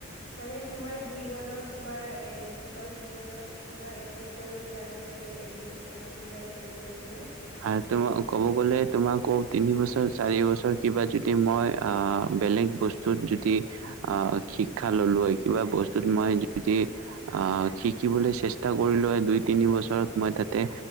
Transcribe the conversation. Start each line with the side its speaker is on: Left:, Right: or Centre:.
Left: মানে তোমাৰ জীৱনত তোমাৰ এ তোমাৰ জীৱনত কিবা কৰি ছ তোমাৰ এনে এডুকেশ্যনত কিবা এফেক্ট কৰিছে নে?
Right: আৰু তোমাৰ ক'ব গ'লে তোমাকো তিনি বছৰ চাৰি বছৰ কিবা যদি মই আহ বেলেগ বস্তুত যদি আহ শিক্ষা ললো হয় কিবা বস্তুত মই যদি আহ শিকিবলৈ চেষ্টা কৰিলো হয় দুই তিনি বছৰত মই তাতে